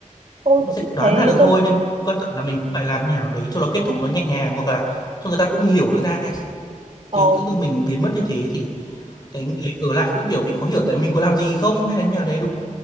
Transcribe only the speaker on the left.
cũng
sẽ đoán
ra được thôi
nên quan trọng là mình cũng phải làm như nào đấy cho nó kết thúc nó nhẹ nhàng hoặc là cho người ta cũng hiểu được ra
chứ tự dưng mình biến mất như thế thì cái người ở lại cũng kiểu bị khó hiểu tại mình có làm gì không hay là như nào đấy đúng